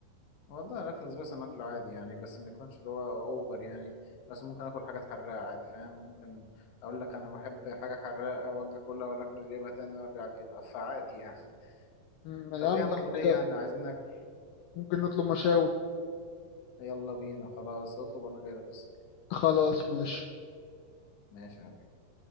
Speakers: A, on the left (about 70°); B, on the left (about 85°).
A: والله الاكل السبايسي اكله عادي يعني بس ما يكونش اللي هو اوفر يعني بس ممكن اكل حاجات حراقه عادي فاهم ممكن اقول لك انا بحب حاجه حراقه واجي اكلها اقول لك مش جايبها تاني وارجع اجيبها فعادي يعني <laughs>
B: مم، يا
A: طب
B: عم
A: ايه
B: لو
A: هنطلب ايه
B: كده
A: يعني عايزين ناكل
B: ممكن نطلب مشاوي
A: يلا بينا خلاص اطلب وانا جاي لك في السكه
B: خلاص ماشي
A: ماشي يا حبيبي